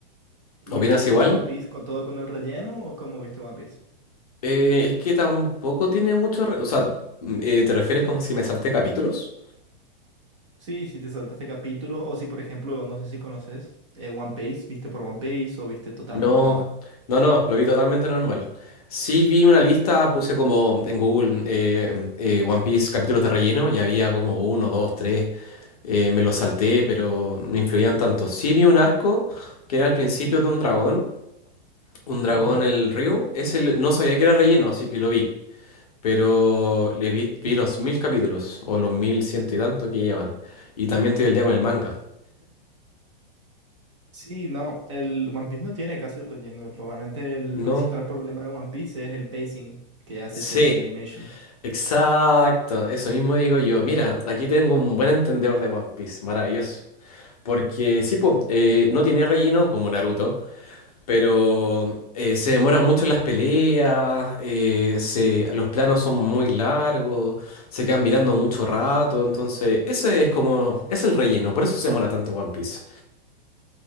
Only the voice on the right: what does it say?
¿Y
vos viste
One Piece con todo con el relleno o cómo viste One Piece?
Sí, si te saltaste capítulos o si, por ejemplo, no sé si conoces eh, One Piece, ¿viste por One Piece o viste totalmente
normal?
Ujú.
Sí, no, el One Piece no tiene casi relleno. Realmente el
principal problema de One Piece es el pacing que hace
Toei Animation.